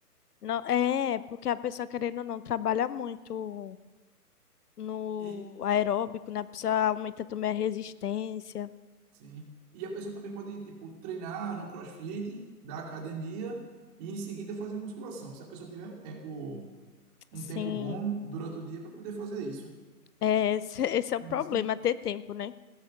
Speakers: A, on the left; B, on the right.
A: Não, é, porque a pessoa querendo ou não trabalha muito no
B: E,
A: aeróbico, né? A pessoa aumenta também a resistência.
B: sim. E a pessoa também pode, tipo, treinar no CrossFit da academia e em seguida fazer musculação. Se a pessoa tiver um tempo, um
A: Sim.
B: tempo bom durante o dia para poder fazer isso.
A: É, esse, <laughs> esse é o
B: Entendi,
A: problema,
B: sim.
A: ter tempo, né?